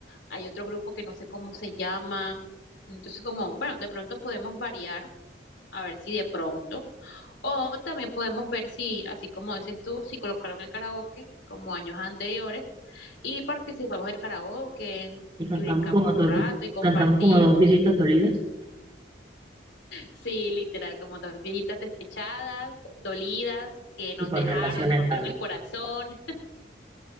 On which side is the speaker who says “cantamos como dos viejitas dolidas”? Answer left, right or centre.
Right